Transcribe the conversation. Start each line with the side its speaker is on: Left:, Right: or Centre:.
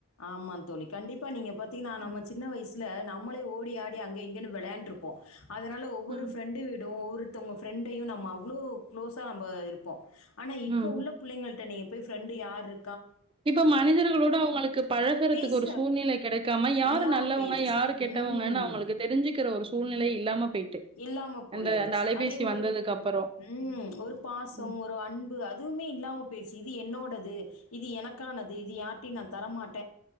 Left: ஆமா தோழி கண்டிப்பா நீங்க பாத்தீங்கன்னா நம்ம
Right: ம்.
Left: சின்ன வயசுல நம்மளே ஓடி ஆடி அங்க இங் கனு விளையாண்ட்ருப்போ அதனால ஒவ்வொரு
Right: ம்.
Left: ஃப்ரெண்டு வீடும் ஒவ்வொரு த்தவங்க ஃப்ரெண்டையு நம்ம அவ்ளோ க்ளோஸா நம்ம இருப் போ ஆனா இப்போ
Right: ம்.
Left: உள்ள புள்ளைங்கள்ட்ட நீங்க போயி ஃப்ரெண்டு யாரு இரு
Right: இப்ப மனிதர்களோட அவங்களுக்கு பழகறதுக்கு
Left: பேச
Right: ஒரு சூழ்நிலை கெடைக்காம யாரு
Left: இல்லாம
Right: நல்லவங்க
Left: போயிருச்சு.
Right: யாரு கெட்டவங்கனு
Left: ம்.
Right: அவங்களுக்கு தெரிஞ்சுக் கிற ஒரு சூழ்நிலை இல்லாம போயிட்டு.
Left: இல்லாம போயிருச்சு
Right: இந்த இந்த அலைபேசி
Left: அதே மாரி
Right: வந்ததுக்கு அப்புறம்.
Left: ம் ஒரு பாசோ,
Right: ம்.
Left: ஒரு அன்பு அதுவுமே இல்லாம போயிருச்சு இது என்னோடது இது எனக்கானது இது யார்ட்டயு நா தரமாட்